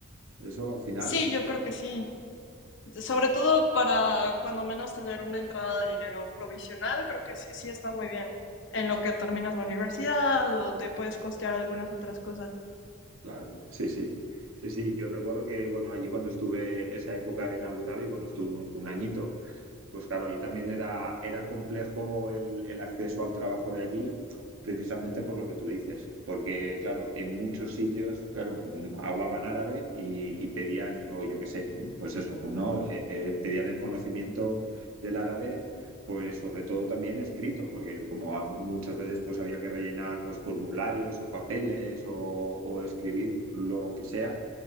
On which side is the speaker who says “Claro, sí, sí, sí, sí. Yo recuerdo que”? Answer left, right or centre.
Right